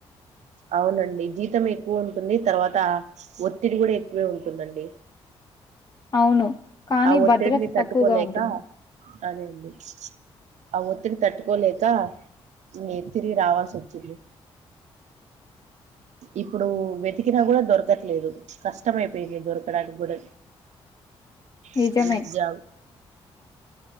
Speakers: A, on the right; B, on the left.
A: అవునండి జీతం ఎక్కువ ఉంటుంది తర్వాత ఒత్తిడి కూడా ఎక్కువే ఉంటుందండి
B: అవును. కానీ
A: ఆ ఒత్తిడిని
B: భద్రత
A: తట్టుకోలేక
B: తక్కువగా ఉంటుంది.
A: అదేండి ఆ ఒత్తిడి తట్టుకోలేక మీ తిరిగి రావాల్సి వచ్చింది ఇప్పుడు వెతికినా కూడా దొరకట్లేదు కష్టం అయిపోయింది దొరకడానికి కూడా
B: నిజమే.
A: స్త్రీ జవు